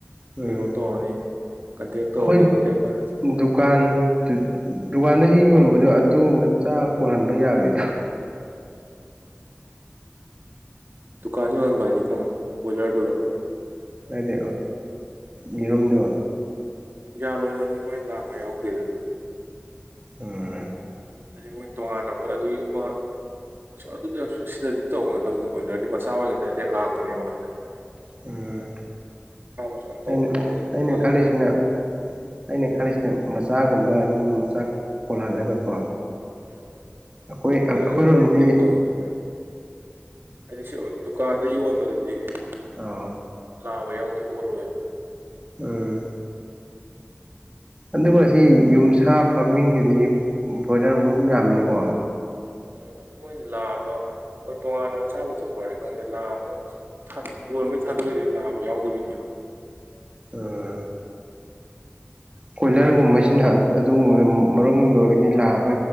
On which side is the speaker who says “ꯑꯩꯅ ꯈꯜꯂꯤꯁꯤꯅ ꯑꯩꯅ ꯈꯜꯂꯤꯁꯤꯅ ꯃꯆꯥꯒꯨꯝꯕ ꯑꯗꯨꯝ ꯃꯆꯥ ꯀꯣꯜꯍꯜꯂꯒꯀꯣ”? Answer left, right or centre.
Right